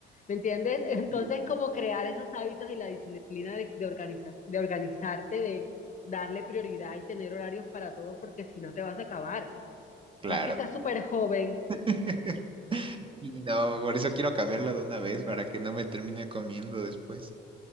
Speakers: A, on the left (about 40°); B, on the right (about 25°).
A: ¿Me entiendes? <laughs> Entonces,
B: Y
A: como crear esos hábitos y la disciplina de, de, organiza- de organizarte, de darle prioridad y tener horarios para todo, porque si no te vas a acabar.
B: claro.
A: Más que estás súper joven,
B: <laughs> Y no, por eso quiero cambiarla de una vez para que no me termine comiendo después.